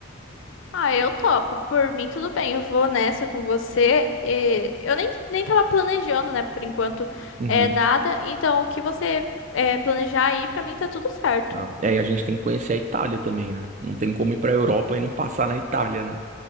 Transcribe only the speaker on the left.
Ah, eu topo, por mim tudo bem, eu vou nessa com você. E eu nem, nem tava planejando, né, por enquanto
é nada, então o que você é, planejar aí, pra mim tá tudo certo.